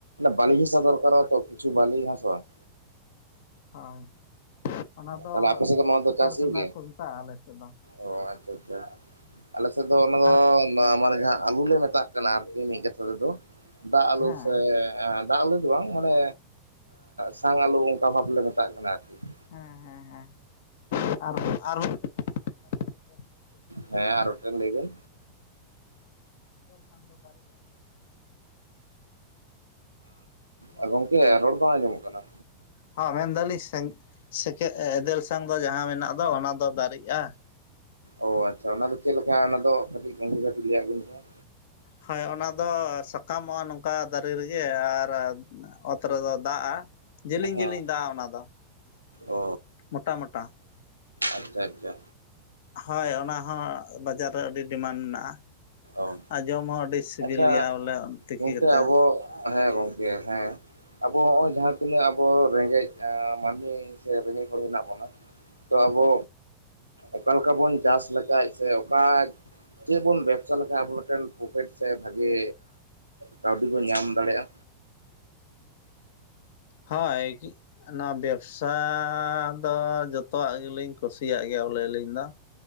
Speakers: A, on the right; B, on the left.
A: ᱵᱟᱹᱞᱤ ᱦᱟᱥᱟ ᱫᱚᱨᱠᱟᱨᱚᱜ-ᱟ ᱛᱚ, ᱠᱤᱪᱷᱩ ᱵᱟᱞᱤ ᱦᱟᱥᱟ ᱾
B: ᱦᱳᱭ, ᱚᱱᱟ ᱫᱚ
A: ᱛᱟᱦᱞᱮ ᱟᱯᱮ ᱥᱮᱫ ᱫᱚ ᱱᱚᱣᱟ ᱫᱚ
B: ᱥᱮᱠᱮᱨ
A: ᱪᱟᱥ ᱦᱩᱭᱩᱜ
B: ᱠᱟᱸᱫᱟ
A: ᱜᱮᱭᱟ
B: ᱠᱚ ᱢᱮᱛᱟᱜᱼᱟ ᱟᱞᱮ ᱥᱮᱫ ᱫᱚ ᱾
A: ᱚ ᱟᱪᱪᱷᱟ ᱟᱪᱪᱷᱟ, ᱟᱞᱮ ᱥᱮᱫ ᱫᱚ ᱚᱱᱟ
B: ᱟᱨ
A: ᱫᱚ ᱢᱟ ᱢᱟᱱᱮ ᱡᱟᱦᱟ ᱟᱞᱩ ᱞᱮ ᱢᱮᱛᱟᱜ ᱠᱟᱱᱟ ᱟᱨᱠᱤ ᱢᱤᱫ ᱠᱟᱛᱷᱟ ᱛᱮᱫᱚ ᱫᱟᱜ ᱟᱞᱩ
B: ᱦᱮᱸ
A: ᱥᱮ ᱫᱟᱜ ᱟᱞᱩ ᱫᱚ ᱵᱟᱝ ᱢᱟᱱᱮ ᱥᱟᱝ ᱟᱞᱩ ᱚᱱᱠᱟ ᱵᱷᱟᱵ ᱞᱮ ᱢᱮᱛᱟᱜ ᱠᱟᱱᱟ ᱟᱨᱠᱤ ᱾
B: ᱦᱮᱸ ᱦᱮᱸ ᱦᱮᱸ ᱟᱨ ᱟᱨ <unintelligible>
A: ᱦᱮᱸ ᱟᱨ ᱢᱤᱫᱴᱮᱱ
B: ᱫᱟᱨᱮᱜ-ᱟ
A: ᱞᱟᱹᱭ ᱵᱮᱱ
B: ᱮᱫᱮᱞ ᱥᱟᱝ ᱫᱚ ᱫᱟᱨᱮᱜ-ᱟ ᱾ ᱟᱸᱡᱚᱢ
A: ᱟᱨ ᱜᱚᱝᱠᱮ ᱨᱚᱲ ᱵᱟᱝ ᱟᱸᱡᱚᱢᱚᱜ ᱠᱟᱱᱟ
B: ᱦᱚᱸ ᱢᱮᱱᱫᱟᱞᱤᱧ ᱥᱮ ᱥᱮᱠ ᱮᱫᱮᱞ ᱥᱟᱝ ᱫᱚ ᱡᱟᱦᱟᱸ ᱢᱮᱱᱟᱜ ᱫᱚ ᱚᱱᱟ ᱫᱚ ᱫᱟᱨᱮᱜᱼᱟ ᱾
A: ᱚ ᱟᱪᱪᱷᱟ ᱚᱱᱟ ᱫᱚ ᱪᱮᱫ ᱞᱮᱠᱟ ᱚᱱᱟ ᱫᱚ ᱠᱟᱹᱴᱤᱡ ᱜᱚᱝᱠᱮ ᱠᱟᱹᱴᱤᱡ ᱞᱟᱹᱭᱟᱜ ᱵᱤᱱᱥᱮ ᱾
B: ᱦᱳᱭ ᱚᱱᱟᱫᱚ ᱥᱟᱠᱟᱢᱚᱜᱼᱟ ᱱᱚᱝᱠᱟ ᱫᱟᱨᱮ ᱨᱮᱜᱮ ᱟᱨ ᱚᱛ ᱨᱮᱫᱚ ᱫᱟᱜᱼᱟ ᱾ ᱡᱮᱞᱮᱧ
A: ᱦᱮᱸ
B: ᱡᱮᱞᱤᱧ ᱫᱟᱜᱼᱟ ᱚᱱᱟ ᱫᱚ
A: ᱚ
B: ᱢᱚᱴᱟ ᱢᱚᱴᱟ ᱾
A: ᱟᱪᱪᱷᱟ ᱟᱪᱪᱷᱟ
B: ᱦᱳᱭ ᱚᱱᱟ ᱦᱚᱸ ᱵᱟᱡᱟᱨ ᱨᱮ ᱟᱹᱰᱤ ᱰᱤᱢᱟᱱᱰ ᱢᱮᱱᱟᱜᱼᱟ
A: ᱚ
B: ᱟᱨ ᱡᱚᱢ ᱦᱚᱸ ᱟᱹᱰᱤ ᱥᱤᱵᱤᱞ
A: ᱟᱪᱪᱷᱟ
B: ᱜᱮᱭᱟ ᱵᱚᱞᱮ ᱛᱤᱠᱤ
A: ᱜᱚᱝᱠᱮ
B: ᱠᱟᱛᱮ
A: ᱟᱵᱚ ᱦᱮᱸ ᱜᱚᱝᱠᱮ ᱦᱮᱸ ᱟᱵᱚ ᱱᱚᱜ ᱚᱭ ᱡᱟᱦᱟᱸ ᱛᱤᱱᱟᱹᱜ ᱟᱵᱚ ᱨᱮᱸᱜᱮᱡ ᱢᱟᱹᱱᱢᱤ ᱥᱮ ᱨᱮᱸᱜᱮᱡ ᱦᱚᱲ ᱦᱮᱱᱟᱜ ᱵᱚᱱᱟ ᱛᱚ ᱟᱵᱚ ᱚᱠᱟᱞᱮᱠᱟ ᱵᱚᱱ ᱪᱟᱥ ᱞᱮᱠᱷᱟᱡ ᱥᱮ ᱚᱠᱟ ᱪᱮᱫ ᱵᱚᱱ ᱵᱮ ᱪᱮᱫ ᱞᱮᱠᱟ ᱟᱵᱚ ᱢᱤᱫᱴᱮᱱ ᱯᱚᱠᱷᱤᱮᱴ ᱥᱮ ᱵᱷᱟᱜᱤ ᱠᱟᱹᱣᱰᱤ ᱵᱚᱱ ᱧᱟᱢ ᱫᱟᱲᱮᱭᱟᱜᱼᱟ
B: ᱦᱳᱭ ᱚᱱᱟ ᱵᱮᱵᱽᱥᱟ ᱫᱚ ᱡᱚᱛᱚᱣᱟᱜ ᱜᱮᱞᱤᱧ ᱠᱩᱥᱤᱭᱟᱜ ᱜᱮᱭᱟ ᱵᱚᱞᱮ ᱟᱞᱤᱧ ᱫᱚ